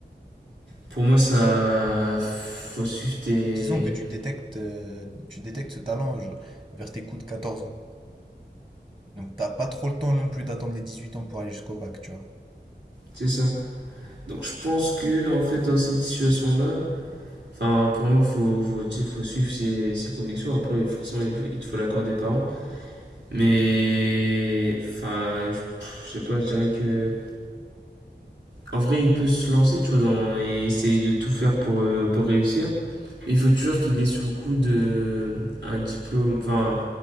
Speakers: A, on the right; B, on the right.
A: Pour moi, ça, faut suivre tes,
B: Disons que tu détectes, euh, tu détectes ce talent je- vers tes coups de 14 ans. Donc t'as pas trop le temps non plus d'attendre les 18 ans pour aller jusqu'au bac, tu vois.
A: c'est ça. Donc je pense que en fait dans cette situation-là, enfin pour moi faut faut tu sais, faut suivre ses, ses convictions. Après forcément il, faut- il te faut l'accord des parents, mais enfin je pff, je sais pas, je dirais que En vrai, il peut se lancer, tu vois, dans, et essayer de tout faire pour, euh, pour réussir. Il faut toujours qu'il ait sous le coup de un diplôme, enfin,